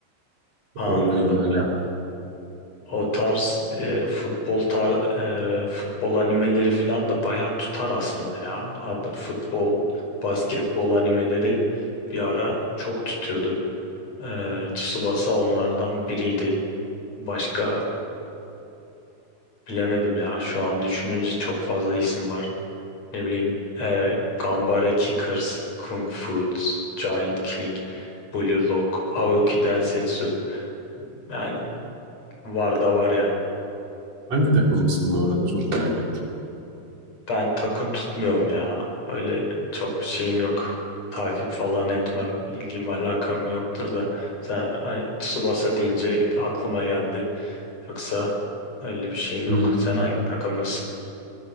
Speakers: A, on the left; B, on the right.
A: Anladım.
B: Oradayım hala.
A: O tarz e, futbol tar e, futbol animeleri falan da bayağı tutar aslında ya. Hatta futbol, basketbol animeleri bir ara çok tutuyordu. E, Tsubasa onlardan biriydi. Başka bilemedim ya. Şu an düşününce çok fazla isim var. Ne bileyim e, Gambara Kickers, Kung Fu, Giant Killing, Blue Lock, Aoki Densetsu. Yani var da var yani.
B: Hangi takımlısın bu arada çok merak ettim.
A: Ben takım tutmuyorum ya. Öyle çok şeyim yok. Takip falan etmem. İlgim alakam yoktur da. Sen hani Tsubasa deyince aklıma geldi. Yoksa öyle bir şeyim yok.
B: Hı.
A: Sen hangi takımlısın?